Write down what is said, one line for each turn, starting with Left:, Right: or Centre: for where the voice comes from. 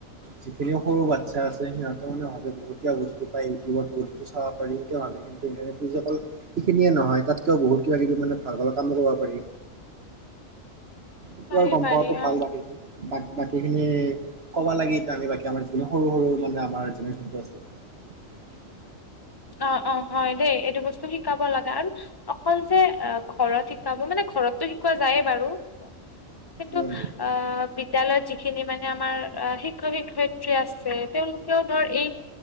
Right: যিখিনি সৰু বাচা আছে সিহঁতে মানে ভাবে বুতীয়া বস্তু পায় ইউটিউবত বহুতো চাব পাৰি ভাবি কিন্তু। <unintelligible> নহয় তাতকেও বহুত কিবা কিবি মানে ভাল ভাল কামো কৰিব পাৰি। আৰু
Left: পাৰি
Right: গম
Left: পাৰি
Right: পাৱাতটো ভাল
Left: অ'।
Right: লাগে বাক। বাকী খিনি ক'বা লাগি এ আমি বাকি আমাৰ যিখিনি সৰু সৰু মানে আমাৰ জেনেৰে্যনটো আছে। <unintelligible>
Left: অ', অ', হয় দেই এইটো বস্তু শিকাব লগা। আৰু অকল যে অ ঘৰত শিকাব মানে ঘৰতটো শিকোৱা যায়ে বাৰু। কিন্তু
Right: উম
Left: অ বিদ্যয়ালয়ত যিখিনি মানে আমাৰ। শিক্ষক শিক্ষয়িত্ৰী আছে। তেওঁলোকেও ধৰ এই